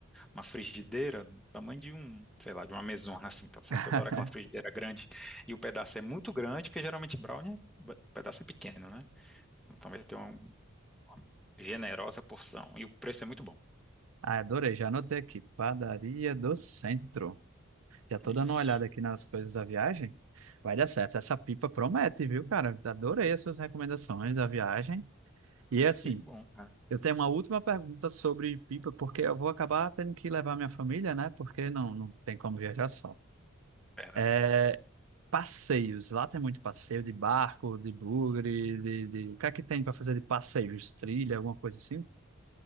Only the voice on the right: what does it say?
<laughs>
Ah, adorei. Já anotei aqui. Padaria do Centro. Já tô
dando uma olhada aqui nas coisas da viagem. Vai dar certo. Essa pipa promete, viu, cara? Adorei as suas recomendações da viagem. E assim.
Eu tenho uma última pergunta sobre pipa, porque eu vou acabar tendo que levar minha família, né? Porque não, não tem como viajar só.
É, passeios. Lá tem muito passeio de barco, de bugre, de, de- O que é que tem para fazer de passeios? Trilha, alguma coisa assim?